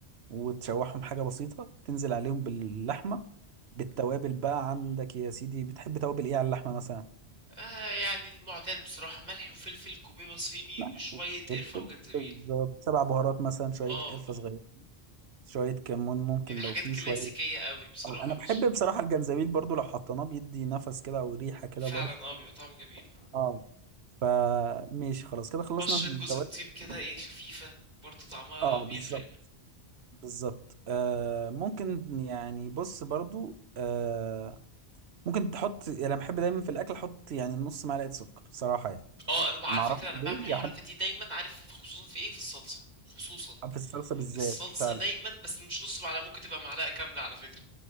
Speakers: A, on the right; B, on the right.
A: وتشوحهم حاجه بسيطه تنزل عليهم باللحمه بالتوابل بقى عندك يا سيدي بتحب توابل ايه على اللحمه مثلا
B: آه يعني المعتاد بصراحة ملح وفلفل كوبيبة صيني
A: ملح
B: وشوية
A: فلفل
B: قرفة وجنزبيل
A: بالظبط سبع بهارات مثلا شويه
B: اه
A: قرفه
B: آه.
A: صغيره شويه كمون ممكن
B: يعني حاجات
A: لو في
B: كلاسيكية
A: شويه
B: قوي بصراحة
A: آه، انا بحب
B: مش
A: بصراحه الجنزبيل برضو لو حطيناه بيدي نفس كده او ريحه كده
B: فعلا
A: برضو
B: اه بيبقى طعمه جميل
A: اه فماشي خلاص كده خلصنا
B: بشرة
A: التوابل
B: جوز الطيب كده ايه خفيفة برضه طعمها
A: اه
B: بيفرق
A: بالظبط بالظبط آه ممكن يعني بص برضو آه ممكن تحط يعني انا بحب دايما في الاكل احط يعني نص معلقه سكر صراحه يعني
B: اه انا بقى
A: ما
B: على
A: اعرفش
B: فكرة انا
A: ليه
B: بعمل الحركة
A: يعني
B: دي دايما عارف خصوصا في ايه في الصلصة خصوصا
A: في الصلصه بالذات
B: الصلصة
A: فعلا
B: دايما بس مش نص معلقة ممكن تبقى معلقة كاملة على فكرة